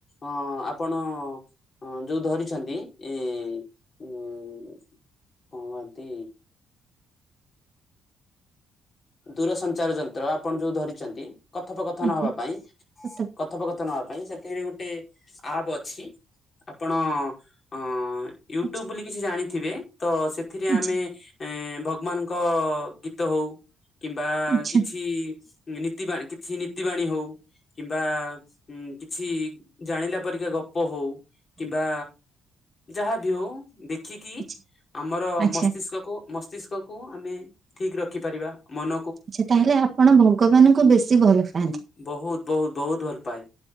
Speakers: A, on the left; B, on the right.
A: ଅଁ ଆପଣ। ହଁ ଯୋଉ ଧରିଛନ୍ତି ଏଁ ଉଁ। କଁ କହନ୍ତି। ଦୂର ସଞ୍ଚାର ଯନ୍ତ୍ର ଆପଣ ଯୋଉ ଧରିଛନ୍ତି କଥୋପ କଥନ
B: ଆଜ୍ଞା
A: ହବା ପାଇଁ।
B: ସତ
A: କଥୋପ କଥନ‌ ହବା ପାଇଁ ସେଥିରେ ଗୋଟେ ଆପ୍ ଅଛି ଆପଣ ଅଁ। ୟୁ
B: ଆଚ୍ଛା
A: ଟ୍ୟୁବ ବୋଲି କିଛି ଜାଣିଥିବେ ତ ସେଥିରେ
B: ଆଚ୍ଛା
A: ଆମେ ଏଁ ଭଗବାନ। ଙ୍କ ଗୀତ ହଉ। କିମ୍ବା
B: ଆଚ୍ଛା
A: କିଛି ନୀତି ବାଣି କିଛି ନୀତି ବାଣୀ ହଉ। କିମ୍ବା କିଛି ଜାଣିଲା ପରିକା ଗପ ହଉ। କିମ୍ବା ଯାହା ବି ହଉ ଦେଖିକି
B: ଆଚ୍ଛା
A: ଆମର
B: ଆଚ୍ଛା
A: ମସ୍ତିଷ୍କକୁ। ମସ୍ତିଷ୍କକୁୁ ଆମେ ଠିକ ରଖିପାରିବା ମନ।
B: ଆଛା ତାହେଲେ ଆପଣ ଭଗବାନଙ୍କୁ ବେଶୀ ଭଲ ପାଆନ୍ତି।
A: ବହୁତ ବହୁତ ବହୁତ ଭଲ ପାଏ।